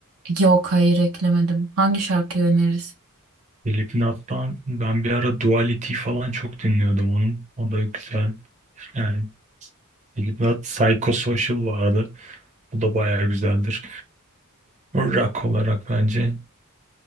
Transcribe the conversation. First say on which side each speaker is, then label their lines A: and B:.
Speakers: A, on the right; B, on the right.
A: Yok hayır eklemedim. Hangi şarkıyı öneririz?
B: Slipknot'tan ben bir ara Duality falan çok dinliyordum onun. O da güzel. Yani Slipknot Psychosocial vardı. O da bayağı güzeldir. Rock olarak bence